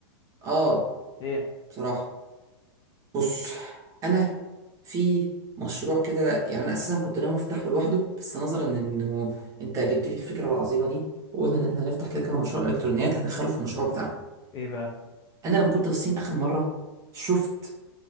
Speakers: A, on the right; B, on the left.
A: اه
B: ايه
A: بصراحه بص انا في مشروع كده يعني انا اساسا كنت ناوي افتحه لوحده بس نظرا انه انت جبت لي الفكره العظيمه دي وقلنا ان احنا هنفتح كده كده مشروع الكترونيات هدخله في المشروع بتاعنا
B: ايه بقى
A: انا لما كنت في الصين اخر مره شفت